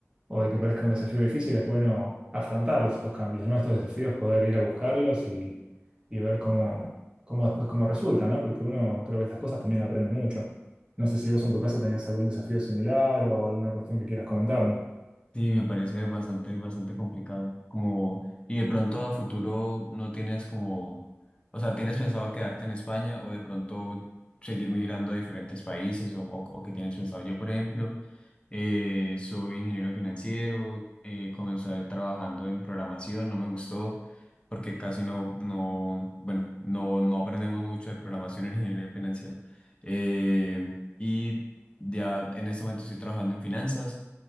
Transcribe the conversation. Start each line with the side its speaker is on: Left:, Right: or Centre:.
Right: o de que parezca un desafío difícil, es bueno afrontarlos estos cambios, ¿no? Estos desafíos, poder ir a buscarlos y, y ver cómo, cómo después cómo resulta, ¿no? Porque uno creo que estas cosas también aprende mucho. No sé si vos en tu caso tenías algún desafío similar o alguna cuestión que quieras comentarme.
Left: Sí, me parece bastante, bastante complicado. Como, y de pronto a futuro no tienes como, o sea, ¿tienes pensado quedarte en España o de pronto seguir migrando a diferentes países o, o, o qué tienes pensado? Yo, por ejemplo, eh, soy ingeniero financiero, eh, comencé trabajando en programación, no me gustó porque casi no, no, bueno, no, no aprendemos mucho de programación en ingeniería financiera. Eh, y ya en este momento estoy trabajando en finanzas.